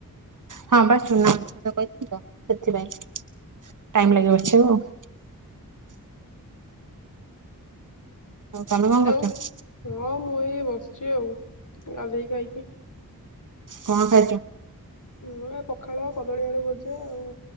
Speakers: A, on the right; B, on the left.
A: ହଁ ବା ଚୂନା ମାଛ ଆଣି କହିଥିଲି ତ ସେଥିପାଇଁ ଟାଇମ
B: ଉଁ
A: ଲାଗିବ
B: ହୁଁ
A: ବାଛି ବାକୁ ଆଉ। ଆଉ ତମେ କଣ
B: ଆଉ
A: କରୁଛ
B: ହଁ ମୁଁ ଏଇ ବସିଛି ଆଉ ଗାଧେଇ ଖାଇକି।
A: କଣ ଖାଇଛ?
B: ମୁଁ ଏ ପଖାଳ କଦଳୀ ଆଳୁ ଭଜା ଆଉ